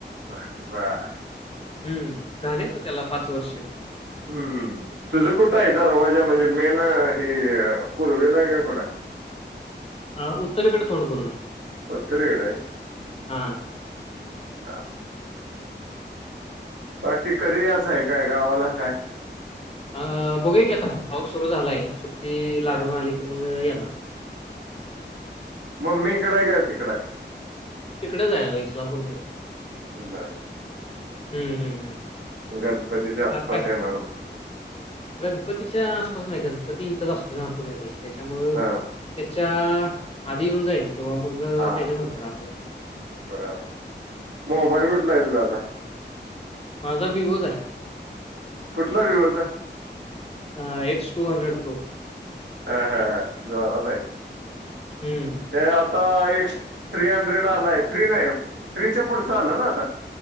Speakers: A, on the right (about 80°); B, on the left (about 30°).
A: होय बर.
B: हम्म झाले अता त्याला पाच वर्ष.
A: हम्, हम्, हम्म तुझं कुठं आहे दरवाजा म्हणजे मेन, हे पूर्वेला आहे का कुठंय?
B: अ, उत्तरेकडे
A: <inaudible>
B: तोंड करून आहे.
A: उत्तर गेला हाईस.
B: हा
A: <inaudible> आ. बाकी कधी याचय काय गावाला काय?
B: अ बघूया की आता पाऊस सुरू झालाय ती
A: हा.
B: लागून आली की मग मी येणार. <inaudible>
A: मम्मी इकड आहे का? तिकडं हाय?
B: तिकडेच आहे अजून इस्लामपूर कडे
A: बर
B: हम्म हम्म हम्म
A: गणपतीच्या आसपास
B: बाकी काय
A: येणार होतो
B: गणपतीच्या आसपास नाही गणपती इथंच असतो ना आपल्या पुण्यात त्याच्यामुळ <inaudible> त्याच्या
A: हा
B: आधी येऊन जाईन तेव्हा मग
A: हा
B: त्याच्यानंतर असत
A: बर मोबाईल कुठला आहेे तुझा आता
B: माझा विवो चा आहे
A: कुठला विवोचा
B: ए एक्स टू हंड्रेड प्रो
A: हा हा हा जोरात आहे
B: हम्म
A: ते आता एक थ्री हंड्रेड आलाय थ्री नाही थ्रीच्या पुढचं आलं ना आता